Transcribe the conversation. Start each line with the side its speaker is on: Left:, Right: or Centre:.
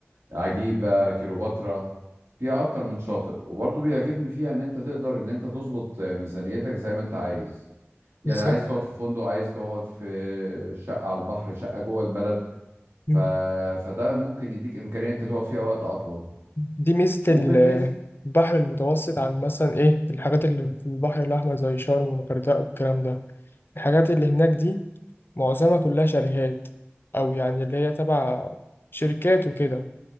Right: عجيبة كليوباترا فيها أكتر من شاطئ وبرضه بيعجبني فيها إن أنت تقدر إن أنت تظبط ميزانيتك زي ما أنت عايز يعني
Left: بالظبط
Right: عايز تقعد في فندق عايز تقعد في شقة على البحر شقة جوه البلد
Left: مم.
Right: ف... فده ممكن يديك إمكانية إن أنت تقعد فيها وقت أطول
Left: دي ميزه
Right: وبالنسبة
Left: ال- البحر المتوسط عن مثلا ايه الحاجات اللي في البحر الاحمر زي شرم والغردقه والكلام ده الحاجات اللي هناك دي معظمها كلها شاليهات او يعني اللي هي تبع شركات وكده